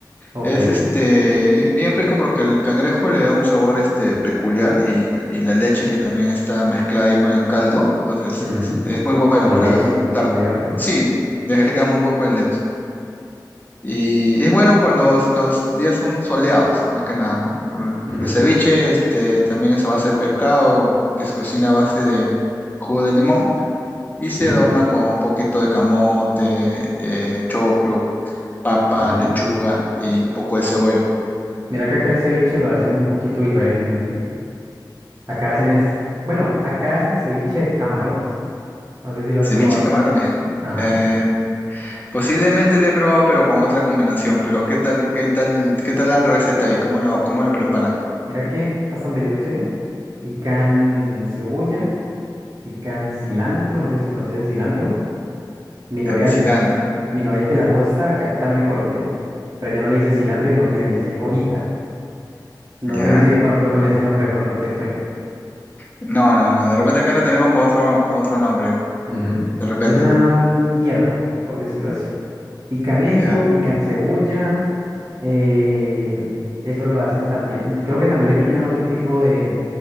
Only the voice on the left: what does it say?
Es este bien, bien rico porque el cangrejo le da un sabor este peculiar y, y la leche que también está mezclada ahí con el caldo. Entonces
es es muy bueno
para
dar.
Sí, le agregamos un poco de leche. Y es bueno cuando s- los días son soleados, más que nada, ¿no? El
el ceviche este, también es a base de pescado, que se cocina a base de jugo de limón y se
adorna con un poquito de camote, eh, choclo, papa,
lechuga y un poco de cebolla.
Ceviche
de camarones.
Eh, posiblemente lo he probado, pero con otra combinación. Pero ¿qué tal, qué tal, qué tal la receta ahí? ¿Cómo lo, cómo lo preparan?
El cilantro.
¿Ya?
No, no, no. De repente acá lo tenemos con otro, con otro nombre.
De repente.
¿Ya?